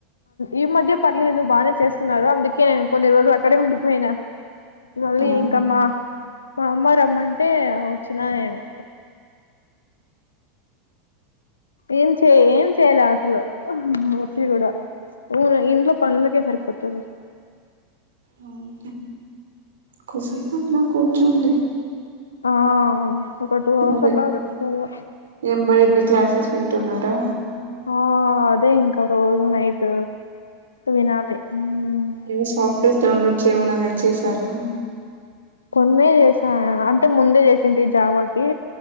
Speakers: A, on the left; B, on the right.
A: ఈ మధ్య పర్లేదు బాగానే చేస్తున్నారు అందుకే నేను కొన్ని రోజులు అక్కడే ఉండిపోయినా మళ్ళీం
B: ఆ
A: ఇంకా మా మా అమ్మ రమ్మంటే వచ్చినా నేను ఏం చేయ ఏం చేయలే అసలు వచ్చి కూడా వును ఇంట్లో పనులకే సరిపోతది
B: అవును కాసేపు అట్లా కూర్చోండి
A: ఆ ఒక టూ హవర్స్
B: అదే
A: అట్లా చూసుకోళ్లా
B: ఎంబ్రాయిడరీ క్లాసెస్ వింటున్నారా
A: ఆ అదే ఇంకా రోజు నైట్ వినాలి ఉమ్
B: ఏమో సాఫ్ట్వేర్స్ డౌన్లోడ్ చేయమన్నారుగా చేసారా
A: కొన్నే చేసా అంటే ముందే చేసింటి జావాకి